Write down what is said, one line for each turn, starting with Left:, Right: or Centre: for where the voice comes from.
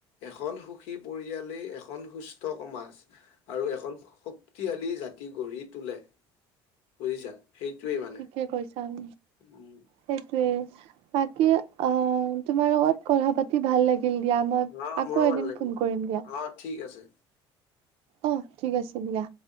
Left: এখন সুখী পৰিয়ালেই এখন সুস্থ সমাজ। আৰু এখন শক্তিশালী জাতি গঢ়ি তোলে। বুজিছা সেইটোৱে মানে
Right: ঠিকে কৈছা। উম,
Left: উম
Right: সেইটোৱেই বাকী অ' তোমাৰ লগত কথা পাতি ভাল লাগি লাগিল দিয়া, মই
Left: অ'
Right: আকৌ
Left: মোৰো
Right: এদিন
Left: ভাল লাগিল।
Right: ফোন কৰিম দিয়া।
Left: অ' ঠিক আছে।
Right: অ' ঠিক আছে দিয়া।